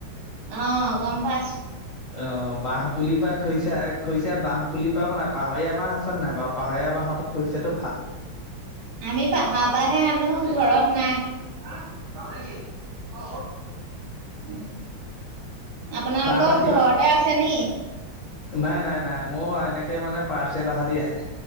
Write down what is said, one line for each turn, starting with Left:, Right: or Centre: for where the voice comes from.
Right: অ গম পাই আছো।
Left: অ বাহ পুলিৰ পৰা খৈছা খৰিছা বহ, পুলি পাব নাই পাহাৰীয়া বাহ আছে নাই বাৰ পাহাৰীয়া বাহৰ খৰিছাতো,
Right: আমি পাহাৰ পৰা হে আনো ঘৰত নাই। ত নে কি অ উ আপোনালোকৰ
Left: চাহ তাহ কিবা
Right: ঘৰতে আছে নি?
Left: নাই নাই নাই মোৰ এনেকে মানে পাৰ্চেল অহা দি আহে।